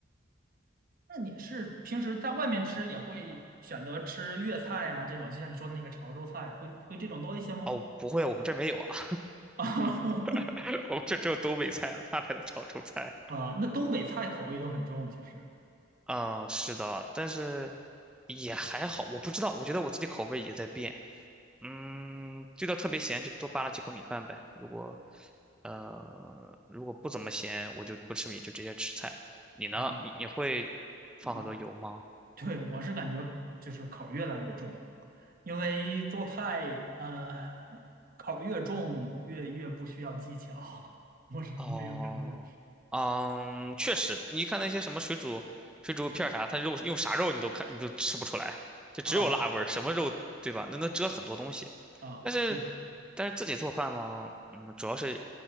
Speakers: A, on the right; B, in the centre.
A: 那你是平时在外面吃也会选择吃粤菜啊这种，就像你说的那个潮州菜，会会这种多一些吗？
B: 哦，不会，我们这儿没有啊，
A: <laughs>
B: <laughs> 我们这儿只有东北菜啊，哪来的潮州菜？
A: 啊，那东北菜口味都很重，其实
B: 嗯，是的，但是也还好，我不知道，我觉得我自己口味也在变。嗯，这道特别咸就多扒拉几口米饭呗。如果呃如果不怎么咸，我就不吃米，就直接吃菜。你呢？
A: 啊，
B: 你你会放很多油吗？
A: 我对，我是感觉就是口儿越来越重，因为做菜，呃，口儿越重越越不需要技巧，<laughs> 我是我这样感觉。
B: 哦，嗯，确实，你看那些什么水煮水煮片儿啥，它肉用啥肉你都看你都吃不出来，就只有辣味儿什么肉对吧？
A: 啊
B: 那能遮很多东西。
A: 啊，
B: 但是
A: 是的，
B: 但是自己做饭嘛，嗯，主要是